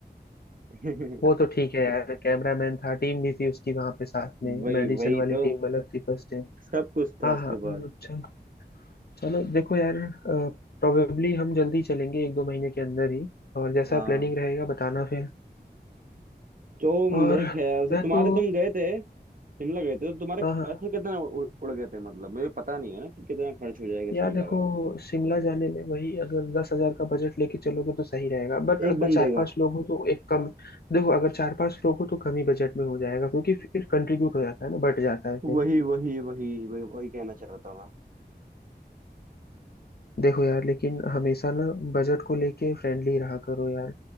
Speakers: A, on the right; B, on the left.
A: नहीं
B: वो तो
A: <laughs>
B: ठीक है यार कैमरामैन था टीम भी थी उसकी वहां पे साथ में
A: वही
B: मेडिसिन
A: वही
B: वाली
A: तो
B: टीम अलग थी फर्स्ट टाइम
A: सब कुछ था
B: हाँ
A: उसके
B: हाँ
A: पास
B: अच्छा चलो देखो यार प्रोबेबली हम जल्दी चलेंगे एक दो महीने के अंदर ही और जैसा
A: हाँ
B: प्लानिंग रहेगा बताना फिर
A: तो मेरे
B: और
A: ख्याल से
B: मैं
A: तुम्हारे
B: तो
A: तुम गए थे शिमला गए थे तो तुम्हारे
B: हाँ हाँ
A: पैसे कितने उड़, उड़ गए थे मतलब मुझे पता नहीं है ना कि कितना खर्च हो जाएगा शिमला
B: यार देखो
A: का
B: शिमला जाने में वही अगर दस हजार का बजट लेके चलोगे तो सही रहेगा बट
A: एक
B: अगर
A: बंदे
B: चार
A: का
B: पांच लोग हो तो एक कम देखो अगर चार पांच लोग हो तो कम ही बजट में हो जाएगा क्योंकि फिर कंट्रीब्यूट हो जाता है ना बट जाता है फिर
A: वही वही वही वही वही कहना चाह रहा था
B: देखो यार लेकिन हमेशा ना बजट को लेके फ्रेंडली रहा करो यार